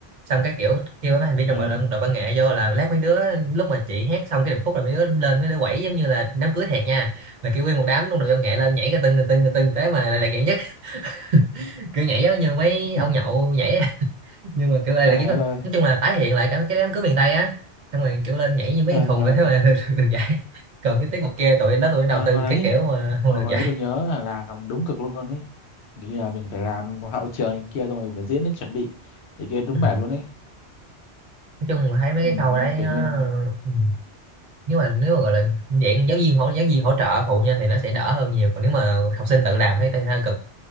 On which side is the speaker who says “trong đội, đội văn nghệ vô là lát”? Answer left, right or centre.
Right